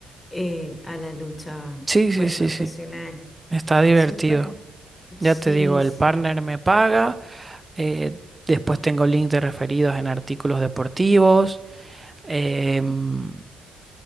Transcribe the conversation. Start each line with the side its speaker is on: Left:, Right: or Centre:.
Left: eh, a la lucha,
Right: Sí, sí,
Left: pues,
Right: sí,
Left: profesional.
Right: sí. Está divertido.
Left: Es Súper.
Right: Ya
Left: Sí,
Right: te digo, el
Left: sí.
Right: partner me paga. eh, después tengo links de referidos en artículos deportivos. em,